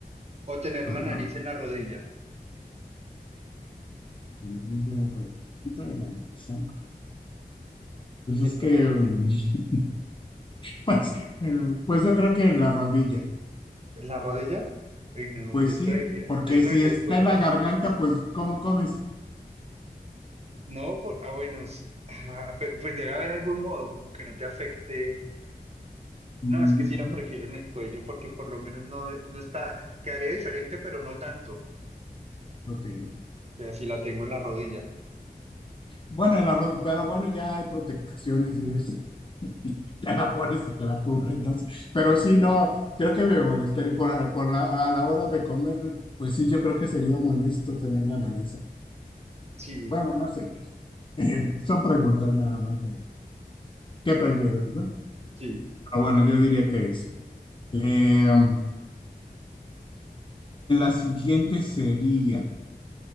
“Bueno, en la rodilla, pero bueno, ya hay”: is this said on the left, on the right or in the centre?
Left